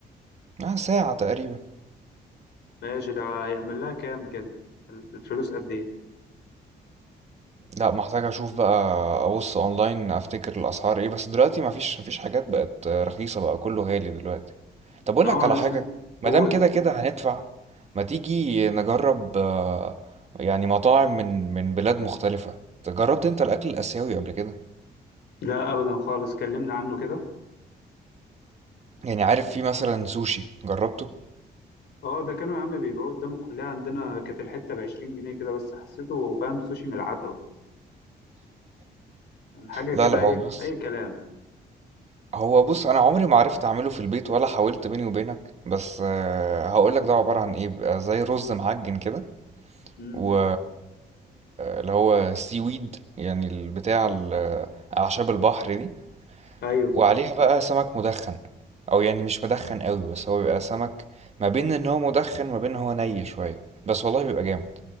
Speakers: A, on the right; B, on the left.
A: اه ساعه تقريبا
B: ماشي ده هيعمل لها كام كده الفلوس قد ايه
A: لا محتاج اشوف بقى ابص اونلاين افتكر الاسعار ايه بس دلوقتي مفيش مفيش حاجات بقت رخيصه بقى كله غالي دلوقتي طب اقول
B: ده
A: لك
B: هو
A: على حاجه
B: اسمه قول
A: ما دام كده كده هندفع ما تيجي نجرب آه، يعني مطاعم من من بلاد مختلفه جربت انت الاكل الاسيوي قبل كده
B: لا ابدا خالص كلمنا عنه كده
A: يعني عارف في مثلا سوشي جربته
B: اه ده كانوا يا عم بيبيعوه قدام الكليه عندنا كانت الحته ب 20 جنيه كده بس حسيته فاهم سوشي من العتبه يعني حاجه كده
A: لا لا هو
B: اي
A: بص
B: اي كلام
A: هو بص انا عمري ما عرفت اعمله في البيت ولا حاولت بيني وبينك بس آه، هقول لك ده عباره عن ايه بيبقى زي رز معجن كده
B: امم
A: و اللي هو سي ويد يعني البتاع ال- اعشاب البحر دي
B: ايوه
A: وعليها بقى سمك مدخن او يعني مش مدخن قوي بس هو بيبقى سمك ما بين ان هو مدخن ما بين ان هو ني شويه بس والله بيبقى جامد